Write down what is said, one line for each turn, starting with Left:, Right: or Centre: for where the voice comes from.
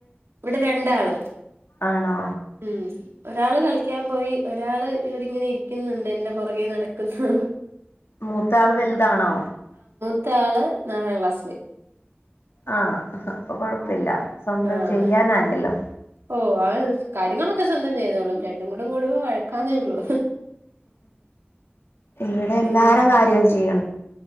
Right: ഇവിടെ രണ്ടാള്
Left: ആണോ
Right: ഉം ഒ രാള് കളിക്കാൻ പോയി ഒരാള് ഇവിടെ ഇങ്ങനെ ഇരിക്കുന്നുണ്ട് എന്റെ പുറകെ നടക്കുന്നു.
Left: മൂത്ത ആള് വലുതാണോ?
Right: ത്ത ആള് നാലാം ക്ലാസില്.
Left: ആഹ് അപ്പൊ കൊഴപ്പില്ല. സ്വന്തം
Right: ആഹ്
Left: ചെയ്യാനായല്ലോ.
Right: ഓ അ കാര്യങ്ങളൊക്കെ സ്വന്തം ചെയ്തോളും രണ്ടും കൂടും കൂടുമ്പോ വഴക്കാന്നെ ഉള്ളൂ.
Left: ഇവിടെ എല്ലാരെ
Right: അങ്ങ
Left: കാര്യം ചെയ്യ